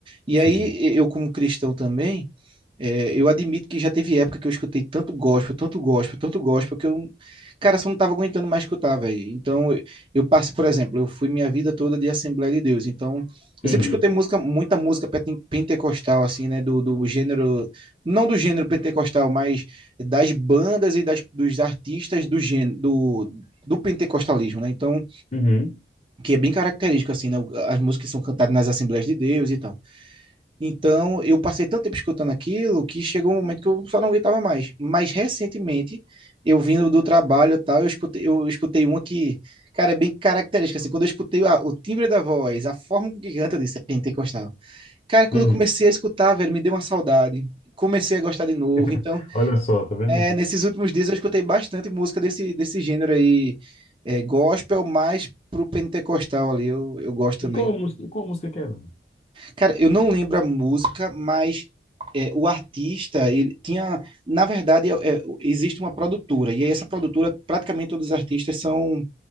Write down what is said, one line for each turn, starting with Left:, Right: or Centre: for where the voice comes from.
Right: E
Left: Sim.
Right: aí, eu como cristão também é, eu admito que já teve época que eu escutei tanto gospel, tanto gospel, tanto gospel, que eu, não- cara, só não tava aguentando mais escutar, velho. Então, eu, eu passo, por exemplo, eu fui minha vida toda de Assembleia de Deus. Então, eu
Left: Uhum,
Right: sempre escutei música, muita música pente- pentecostal, assim, né? Do, do gênero, não do gênero pentecostal, mas das bandas e das, dos artistas do gênero, do, do pentecostalismo, né? Então,
Left: uhum,
Right: que é bem característico, assim, né? o- As músicas que são cantadas nas Assembleias de Deus e tal. Então, eu passei tanto tempo escutando aquilo que chegou um momento que eu só não aguentava mais. Mas recentemente, eu vindo do trabalho e tal, eu escutei, eu escutei uma que, cara, é bem característica. Assim, quando eu escutei a- o timbre da voz, a forma com que canta, eu disse, é pentecostal. Cara, quando
Left: uhum.
Right: eu comecei a escutar, velho, me deu uma saudade. Comecei a gostar de novo.
Left: <laughs>
Right: Então,
Left: Olha só, tá vendo?
Right: é, nesses últimos dias, eu escutei bastante música desse, desse gênero aí, é, gospel, mais pro pentecostal ali. Eu, eu gosto também.
Left: E qual música, qual música que era?
Right: Cara, eu não lembro a música, mas é, o artista, ele tinha. Na verdade, é, é, existe uma produtora, e aí essa produtora, praticamente todos os artistas são,